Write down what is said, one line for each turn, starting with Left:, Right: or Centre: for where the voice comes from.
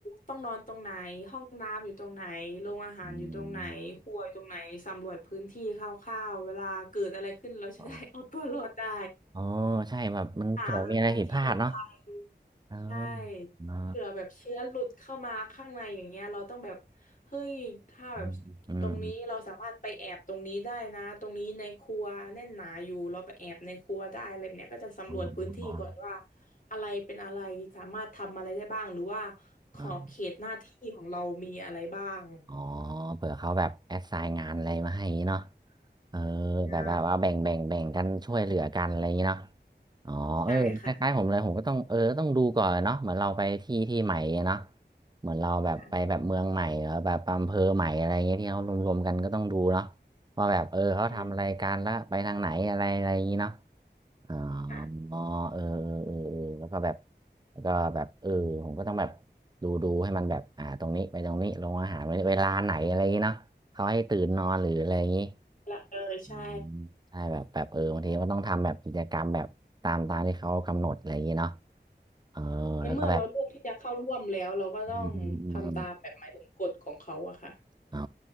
Left: ต้องนอนตรงไหนห้องน้ำอยู่ตรงไหนโรงอาหารอยู่ตรงไหนครัวอยู่ตรงไหนสำรวจพื้นที่คร่าวๆเวลาเกิดอะไรขึ้นเราจะได้
Right: อืมอ๋อ
Left: <laughs> เอาตัวรอดได้
Right: อ๋อใช่แบบมันเผื่อมีอะไรผิดพลาดเนาะ
Left: หาแบบว่าที่หลบภัย
Right: เออ
Left: ใช่
Right: อ๋อ
Left: เผื่อแบบเชื้อหลุดเข้ามาข้างในอย่างเงี้ยเราต้องแบบเฮ้ยถ้าแบบ
Right: อืมอืม
Left: ตรงนี้เราสามารถไปแอบตรงนี้ได้นะตรงนี้ในครัวแน่นหนาอยู่เราไปแอบในครัวได้อะไรแบบเนี้ยก็จะสำรวจพื้นที่ก่อนว่า
Right: อืมอืมอืม
Left: อะไรเป็นอะไรสามารถทำอะไรได้บ้างหรือว่าขอบเขตหน้าที่ของเรามีอะไรบ้าง
Right: อืม อ๋อเผื่อเขาแบบแอสไซน์งานอะไรมาให้อย่างงี้เนาะเออ
Left: งาน
Right: แบบว่าว่าแบ่งแบ่งแบ่งกันช่วยเหลือกันอะไรอย่างงี้เนาะอ๋อเออคล้ายๆผมเลยผมก็ต้องเออต้องดูก่อนเนาะเหมือนเราไปที่ที่ใหม่เนาะ
Left: ใช่ค่ะ
Right: เหมือนเราแบบไปแบบเมืองใหม่หรือแบบอำเภอใหม่อะไรอย่างเงี้ยที่เขารวมๆกันก็ต้องดูเนาะ
Left: ค่ะ
Right: ว่าแบบเออเขาทำอะไรกันแล้วไปทางไหนอะไรอะไรอย่างงี้เนาะ
Left: อืม
Right: อ
Left: ค่ะ
Right: ๋อเออเออเออเออแล้วก็แบบแล้วก็แบบเออผมก็ต้องแบบดูดูให้มันแบบอ่าตรงนี้ไปตรงนี้ลงอาหารเวลาไหนอะไรอย่างงี้เนาะเขาให้ตื่นนอนหรืออะไรอย่างงี้
Left: ละเออใช่
Right: อืมใช่แบบแบบเออบางทีก็ต้องทำแบบกิจกรรมแบบตามตามที่เขากำหนดอะไรอย่างงี้เนาะเออแล้วก็แบบ
Left: ในเมื่อเราเลือกที่จะเข้าร่วมแล้วเราก็ต้องทำตามแบบหมายถึงกฎของเขาอะค่ะ
Right: อืมอืมอืม อ๋อ